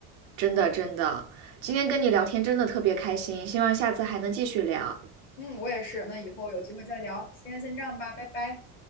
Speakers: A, on the right; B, on the left.
A: 真的，真的，今天跟你聊天真的特别开心，希望下次还能继续聊。
B: 嗯，我也是。那以后有机会再聊，先先这样吧，拜拜。